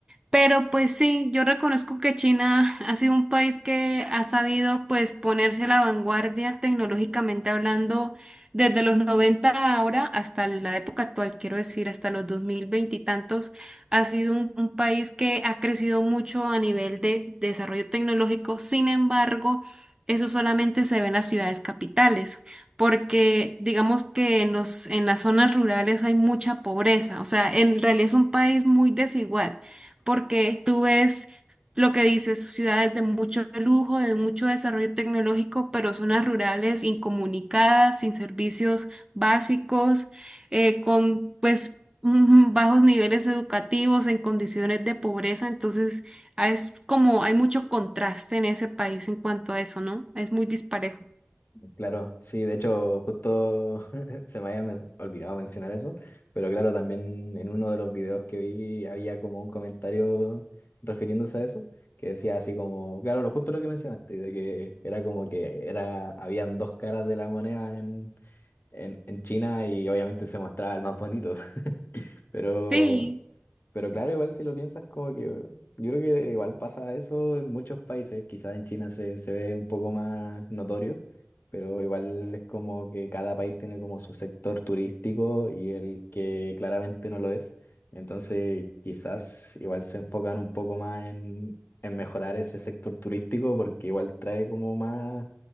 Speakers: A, on the right; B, on the left.
A: Pero pues sí, yo reconozco que China ha sido un país que ha sabido pues ponerse a la vanguardia tecnológicamente hablando desde los 90 ahora hasta la época actual, quiero decir, hasta los 2020 y tantos, ha sido un, un país que ha crecido mucho a nivel de desarrollo tecnológico. Sin embargo, eso solamente se ve en las ciudades capitales, porque digamos que en los, en las zonas rurales hay mucha pobreza, o sea, en realidad es un país muy desigual porque tú ves lo que dices, ciudades de mucho lujo, de mucho desarrollo tecnológico, pero zonas rurales incomunicadas, sin servicios básicos, eh, con pues <laughs> mm, bajos niveles educativos, en condiciones de pobreza. Entonces, ah, es como hay mucho contraste en ese país en cuanto a eso, ¿no? Es muy disparejo.
B: Claro, sí, de hecho, justo <laughs> se me había men- olvidado mencionar eso, pero claro, también en uno de los videos que vi había como un comentario refiriéndose a eso, que decía así como, claro, lo justo lo que mencionaste, de que era como que era, habían dos caras de la moneda en, en, en China y obviamente se mostraba el más bonito, <laughs> pero
A: Sí,
B: pero claro, igual si lo piensas, como que yo creo que igual pasa eso en muchos países, quizás en China se, se ve un poco más notorio, pero igual es como que cada país tiene como su sector turístico y el que claramente no lo es. Entonces, quizás igual se enfocan un poco más en, en mejorar ese sector turístico porque igual trae como más